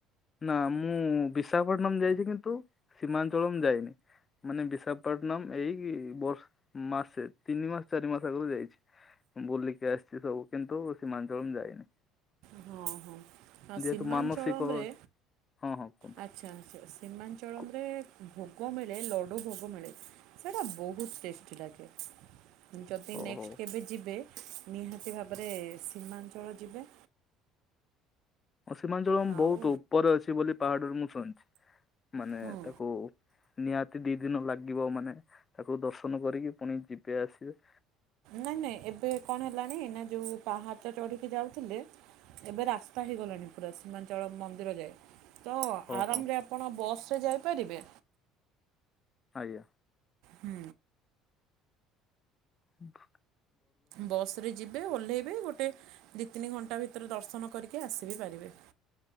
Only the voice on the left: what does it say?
ନା ମୁଁ ବିଶାଖପଟନମ୍ ଯାଇଛି କିନ୍ତୁ ସୀମାଞ୍ଚଳ ମୁଁ ଯାଇନି, ମାନେ ବିଶାଖ୍ ପଟନମ୍ ଏଇ ବର୍ଷ ମାସେ ତିନି ମାସ ଚାରି ମାସ ଆଗରୁ ଯାଇଛି। ବୁଲିକି ଆସିଛି ସବୁ। କିନ୍ତୁ ସୀମାଞ୍ଚଳମ୍ ଯାଇନି।
ଯେହେତୁ
ମାନସିକ
ହଁ ହଁ। କୁହନ୍ତୁ।
କୁ-
ହଉ
ହଉ
ହଁ ସୀମାଞ୍ଚଳମ୍
ବହୁତ ଉପରେ ଅଛି, ବୋଲି ପାହାଡରୁ ମୁଁ ଶୁଣିଛି। ମାନେ
ତାକୁ ନିହାତି ଦି ଦିନ ଲାଗିବ, ମାନେ ତାକୁ ଦର୍ଶନ କରିକି ପୁଣି ଯିବେ ଆସିବେ।
ହଉ
ହଉ।
ଆଜ୍ଞା।
ଭୂହ୍।